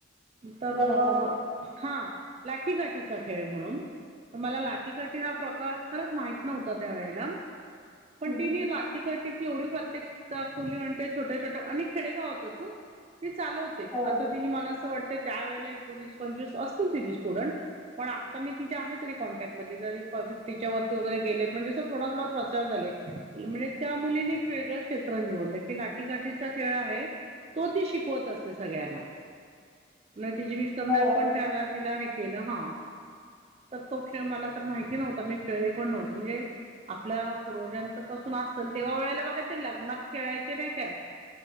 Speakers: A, on the right (about 30°); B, on the left (about 20°).
A: तर
B: बरोबर
A: हा लाठीकाठीचा खेळ म्हणून त मला लाटीकाठी हा प्रकार खरंच माहित नव्हता त्या वेळेला. पण
B: हम्म,
A: तिने
B: हम्म.
A: लाठीकाठीची एवढी प्रात्. क्षीक दाखविली आणि ते छोट्या छोट्या आणि खेडेगाव होत ती चालवते
B: हो
A: आता तिने मला असं वाटते त्या वेळेला एक वीस पंचवीस असतील तिचे स्टुडन्ट पण आत्ता मी आहे तरी तिच्या कॉन्टॅक्टमध्ये. तरीपण फिफ्टीच्या वगैरे गेलेत म्हणजे असं थोड थोड प्रसार झाले म्हणजे त्या मुलीने एक वेगळं. क्षेत्र निवडलं की लाठीकाठीचा खेळ आहे, तो ती शिकवत असते सगळ्यांना. न तिची मिस्टरने
B: हो
A: पण त्याला, तिला हे केलं हा. तर तो खेळ मला तर माहिती नव्हता मी खेळले पण नव्हते म्हणजे आपल्या पूर्वजांच पासून असल तेंव्हा वेळेला बघा ते लग्नात खेळायचे नाही काय?